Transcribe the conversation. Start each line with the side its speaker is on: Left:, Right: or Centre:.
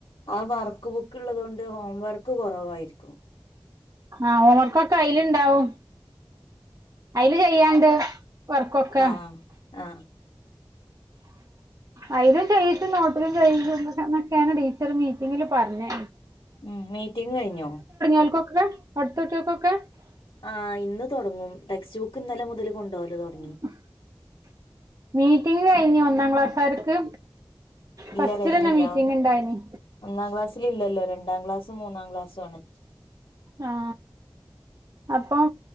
Left: ആ വർക്ക് ബുക്ക് ഉള്ളത് കൊണ്ട് ഹോം വർ വർക്ക്‌ കുറവായിരിക്കും.
Right: ആ ഹോവർക്കൊക്കെ അയ്ല്ണ്ടാവും. അയില് ചെയ്യാണ്ട് വർക്കൊക്കെ
Left: ആ ആ
Right: അയിലും ചെയ്യിച്ചും നോട്ടിലും ചെയ്യിച്ചും എന്നൊക്കെയാണ് ടീച്ചർ മീറ്റിങ്ങിൽ പറഞ്ഞെ
Left: ഉം മീറ്റിംഗ് കഴിഞ്ഞോ
Right: <unintelligible> അടുത്ത കുട്ടികൾക്കൊക്കെ
Left: ആ ഇന്ന് തുടങ്ങും ടെക്സ്റ്റ് ബുക്ക് ഇന്നലെ മുതൽ കൊണ്ടോവല് തൊടങ്ങി
Right: <inaudible> മീറ്റിംഗ് കഴിഞ്ഞു ഒന്നാം ക്ലാസുകാർക്ക്
Left: ഇല്ല
Right: ഫസ്റ്റില്ലെന്നേ
Left: കഴിഞ്ഞില്ല
Right: മീറ്റിംഗ് ഇണ്ടായിരുന്നു
Left: ഒന്നാം ക്ലാസ്സിൽ ഇല്ലല്ലോ രണ്ടാം ക്ലാസ്സും മൂന്നാം ക്ലാസ്സുംആണ്
Right: ആ അപ്പം